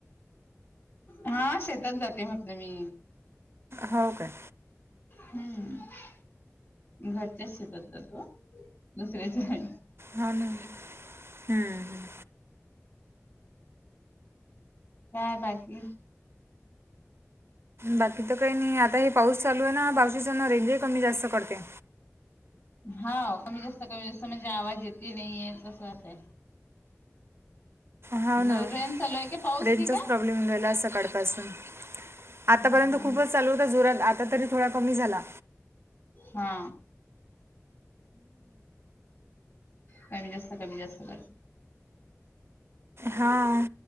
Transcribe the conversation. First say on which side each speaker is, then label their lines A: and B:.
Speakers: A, on the left (about 55°); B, on the right (about 55°).
A: हा शेतात जाते म्हटलं मी.
B: हाव काय.
A: हम्म घरच्याच शेतचा जातो दुसऱ्याच्या नाय.
B: हा ना. हम्म हम्म.
A: काय बाकी?
B: बाकी तर काही नाही आता हे पाऊस चालू आहे ना पावशीचाना रेंजही कमी जास्त कडते.
A: हाव कमी जास्त कमी जास्त म्हणजे आवाज येते नाहीे तसं होतेय.
B: हाव
A: जोर
B: ना
A: रेन चालू आहे की पाऊस
B: रेंजचाच
A: की काय
B: प्रॉब्लेम गेला सकाळपासून. आतापर्यंत
A: हा ना
B: खूपच चालू होता जोरात आता तरी थोडा कमी झाला.
A: हा. कमी जास्त, कमी जास्त करत.
B: हा.